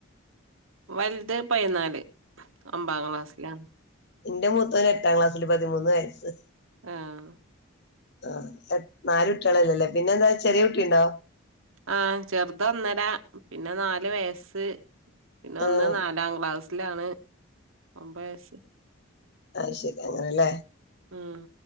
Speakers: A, on the right (about 70°); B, on the left (about 50°).
A: വലുത് പതിനാല് ഒമ്പാം ക്ലാസ്സിലാണ്
B: ന്റെ മൂതേന് എട്ടാം ക്ലാസ്സിൽ പതിമൂന്ന് വയസ്സ്
A: ആഹ
B: ആ എത് നാല് കുട്ട്യേളല്ലല്ലേ പിന്നെ എന്താ ചെറിയ കുട്ടിണ്ടോ
A: ആഹ ചെറുതൊന്നര പിന്നെ നാല് വയസ്സ് പിന്നെ
B: ആഹ്
A: ഒന്ന് നാലാം ക്ലാസ്സിലാണ് ഒമ്പേയ്സ്
B: ആഹ ശരി അങ്ങനെല്ലേ
A: ഉം